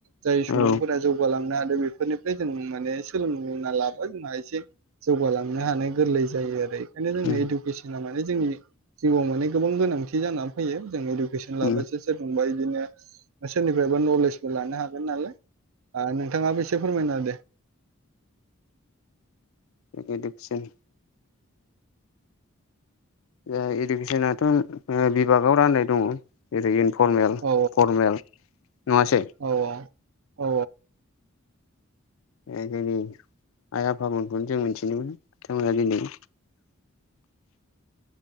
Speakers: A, on the right; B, on the left.
A: जाय सुबुंफोरा
B: औ
A: जौगालांनो हादों बेफोरनिफ्राय जों माने सोलोंना लाबा जोंहा एसे जौगालांनो हानाय गोरलै जायो आरो बेखायनो जोंनो
B: उम
A: इडुकेसना माने जोंनि जिउआव माने गोबां गोनांथि जानानानै फैयो जों इडुकेसन लाबासो
B: उम
A: सोरजोंबा इदिनो सोरनिफ्रायबा नलेजबो लानो हागोन नालाय ओ नोंथाङाबो एसे फोरमायना दे
B: ओ इडुकेसन ए इडुकेसनाथ' ए बिभागाव राननाय दङ जेरै इनफरमेल
A: औ
B: फरमेल नंङासै
A: औ औ
B: ओ जोंनि आइ आफामोनखौनो जों मिथिनो मोनो बिथांमोना दिनै